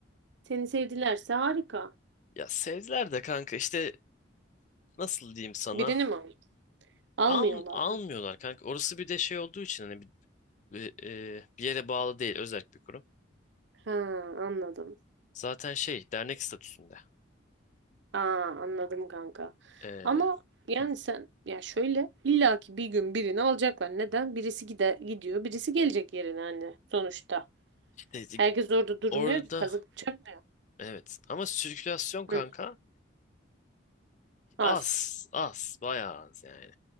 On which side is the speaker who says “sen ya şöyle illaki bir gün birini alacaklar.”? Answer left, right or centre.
Right